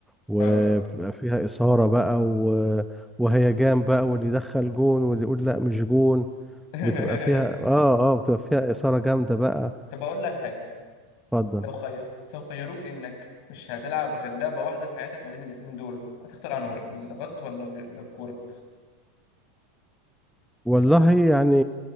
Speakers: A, in the centre; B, on the left.
A: وبتبقى
B: اه
A: فيها إثارة بقى و... وهيجان بقى واللي يدخل جون واللي يقول لا مش جون
B: <laughs>
A: بتبقى فيها اه اه بتبقى فيها إثارة جامدة بقى
B: طب اقول لك حاجة
A: واتفضل
B: لو خير لو خيروك انك مش هتلعب غير لعبة واحدة في حياتك ما بين الاتنين دول هتختار انهي الغطس ولا ال- الكورة؟
A: والله يعني